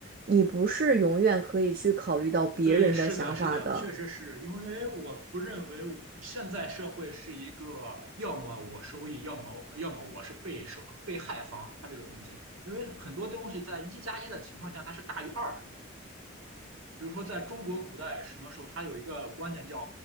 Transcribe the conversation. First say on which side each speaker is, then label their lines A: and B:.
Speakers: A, on the right (about 45°); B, on the right (about 80°).
A: 你不是永远可以去考虑到别人的想法的。
B: 对，是的，是的，确实是因为我不认为现在社会是一个要么我收益，要么要么我是被受被害方，它这个东西，因为很多东西在一加一的情况下它是大于二的，比如说，在中国古代什么时候，他有一个观念叫